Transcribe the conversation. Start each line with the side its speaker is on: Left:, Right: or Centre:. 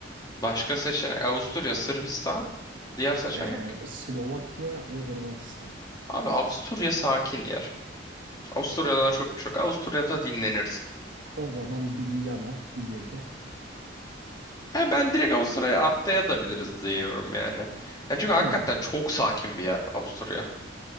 Left: başka seçenek. Avusturya, Sırbistan diğer seçenek.
Right: Ee, Slovakya ve Hırvatistan.
Left: Abi Avusturya sakin yer. Avusturya'da çok bir şey yok. Avusturya'da dinlenirsin.
Right: O zaman bir Viyana bir gece.
Left: Ha, ben direkt Avusturya'ya atlayabiliriz diyorum yani. Yani çünkü hakikaten
Right: Hmm.
Left: çok sakin bir yer Avusturya.